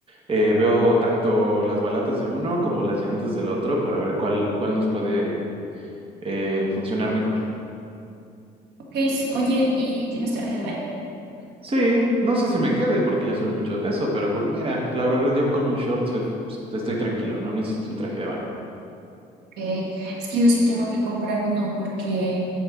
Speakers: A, on the right (about 35°); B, on the right (about 85°).
A: Eh, veo tanto las balatas de uno como las llantas del otro para ver cuál, cuál nos puede eh, funcionar mejor.
B: Ok, s- oye, ¿y tienes traje de baño?
A: Sí, no sé si me quede porque ya subí mucho de peso, pero pues mira, la verdad yo con un short soy, estoy tranquilo, no necesito un traje de baño.
B: Ok, es que yo sí tengo que comprar uno porque